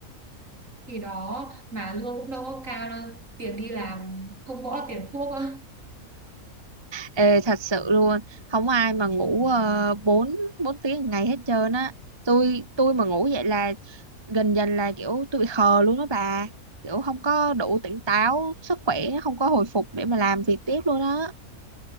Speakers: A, on the right; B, on the right.
A: Thì đó, mà lương cũng đâu có cao đâu, tiền đi làm không bỏ tiền thuốc á.
B: Ê, thật sự luôn, không ai mà ngủ uh, 4 4 tiếng một ngày hết trơn á. Tôi tôi mà ngủ vậy là gần dần là kiểu tôi bị khờ luôn đó bà kiểu không có đủ tỉnh táo sức khỏe không có hồi phục để mà làm việc tiếp luôn á